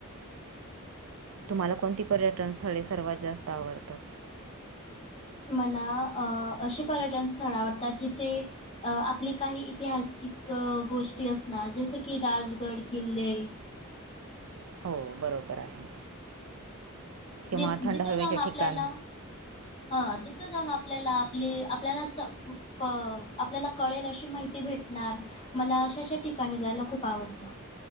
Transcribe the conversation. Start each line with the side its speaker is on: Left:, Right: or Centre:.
Right: तुम्हाला कोणती पर्यटन स्थळे सर्वात जास्त आवडतात?
Left: मला अंऽअशी पर्यटन स्थळं आवडतात जिथे आपली काही ईतिहासिक गोष्टी असणार, जसं की राजगड किल्ले
Right: हो, बरोबर आहे. किंवा
Left: जिथ
Right: थंड
Left: जिथं
Right: हवेचे
Left: जाऊन आपल्याला,
Right: ठिकाण
Left: ह, जिथं जाऊन आपल्याला, आपली, आपल्याला स प आपल्याला कळेल अशी माहिती भेट णार, मला अशा -अशा ठिकाणी जायला खूप आवडतं.